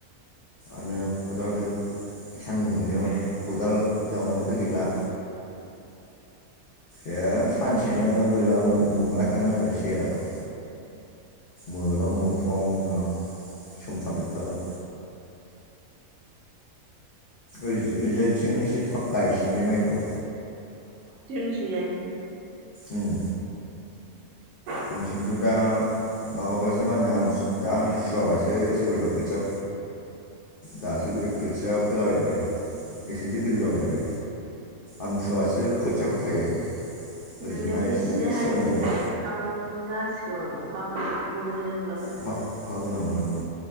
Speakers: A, on the left (about 85°); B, on the right (about 65°).
A: आरो खदाल सानदुं दुंनायाव खदाल जावनांगौबथ' गैला ऐ सानसेनो बोरबा नुलायखागोन आरो सेेराखौ मोलं मोथंनो सोमथाबजोबखागोन ओरैजायथिं एसे थाब गायसिनलै माइखौ
B: जोंनिथिंजाय
A: उम
B: उम
A: जोंथिंथ' दा माबाबासो मा होनो आम दा आमथुवाबासो सोरबा सोरबा खोथिया दासो बे खोथिया फोलाबायदों बे एसेसो गोजौ जाबाय आरो आमथुवाबासो खोथिया फोखायो ओरैजायना
B: नै दा
A: एसे
B: इसे हायो
A: सिगांनिफ्राय
B: इसे गायखाबा जासिगोन अखा मोनहैनाय
A: अखा
B: <unintelligible>
A: अखा गोनां न